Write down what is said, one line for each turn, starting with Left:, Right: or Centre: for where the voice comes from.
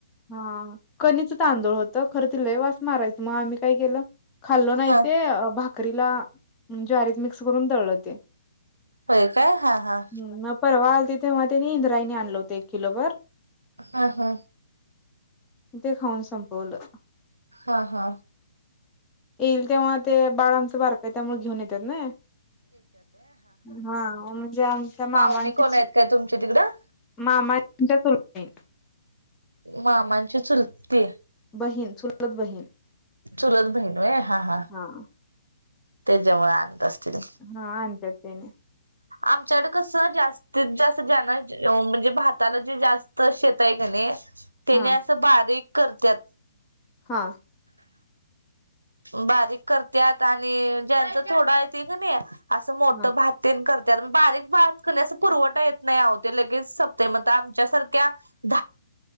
Left: हा कनिच तांदूळ होत खरं ते लय वास मारायचं, म आम्ही काय केलं खाल्लो नाई
Right: हा
Left: ते अ भाकरीला ज्वारीत मिक्स करून दळलं ते
Right: होय काय? हा हा
Left: हं, मग परवा आलती तेव्हा तेनी इंद्रायनी आणलं होत एक किलो बर
Right: हा हा.
Left: ते खाऊन संपवलं.
Right: हा हा.
Left: येईल तेव्हा ते बाळ आमचं बारकाय त्यामुळ घिऊन येत्यात नई हा म्हणजे आमच्या मामांची
Right: पाहुणे कोण
Left: चू
Right: आहेत काय तुमच्या तिकडं?
Left: मामांच्या <unintelligible>
Right: मामांची चुलती
Left: बहीण चुलत बहीण
Right: चुलत बहिण ओय हा हा
Left: हा.
Right: त्याच्यामुळ आणत असतीलि
Left: हा आणत्यात त्याने
Right: आमच्याकड कस जास् तीत जास् जाना ज अ म्हणजे भाताला जे जास्त शेत आय कणी तेनी
Left: हा
Right: असं बारीक करत्यात
Left: हा.
Right: उ बारीक करत्यात आणि ज्यांच थोडं हाय ते कणी असं मोठ
Left: हा
Right: भात तेन करत्यात म बारीक भात कणी अस पुरवठा येत नाही अवो ते लगेच सपतय मग ता आमच्यासारख्या धा